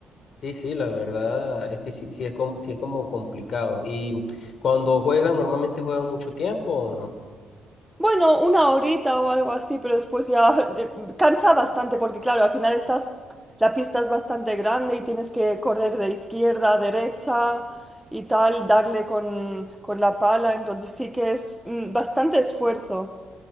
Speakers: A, on the left; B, in the centre.
A: Sí, sí, la verdad es que sí, sí es como, sí es como complicado. ¿Y cuando juegan, normalmente juegan mucho tiempo o no?
B: Bueno, una horita o algo así, pero después ya eh, cansa bastante porque claro, al final estás, la pista es bastante grande y tienes que correr de izquierda a derecha y tal, darle con, con la pala, entonces sí que es mm, bastante esfuerzo.